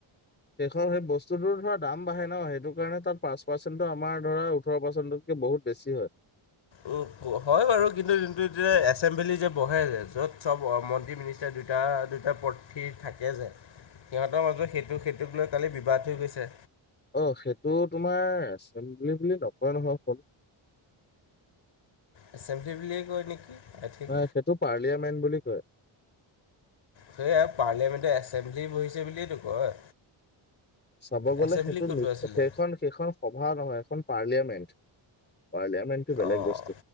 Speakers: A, on the left; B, on the left.
A: সেইষৰ সেই বস্তুতো ধৰ দাম বাঢ়ে ন সেইটো কাৰণে তাত পাঁচ পাৰ্চেণ্টটো আমাৰ ধৰা ওঠৰ পাৰ্চেণ্টত বহুত বেছি হয়
B: উ হয় বাৰু কিন্তু যোনটো এতিয়া এচেম্বিলি যে বহে য'ত চব মন্ত্ৰী মিনি এতিয়া দুটা দুটা পথিৰ থাকে যে সিহঁতৰ মাজত সেইটো সেইটোক লৈ খালি বিবাদ হৈ গৈছে
A: অ সেইটো তোমাৰ এচেম্বলি বুলি নকয় নহয় কোন
B: এচেমটি ব বুলিয়ে কয় নেকি আই থিংক।
A: হয় সেইটো পাৰ্লিয়ামেণ্ট বুলি কয়।
B: সেইয়াই পাৰ্লিয়ামেণ্টৰ এছেম্বলি বহিছে বুলিয়েতো কয়।
A: চাব গ'লে
B: এছেম্বলি
A: সেইটো
B: কোনটো আছিলে?
A: সেইখন সেইখন সভা নহয় এখন পাৰ্লিয়ামেণ্ট। পাৰ্লিয়ামেণ্টো বেলেগ
B: অঁ
A: বস্তু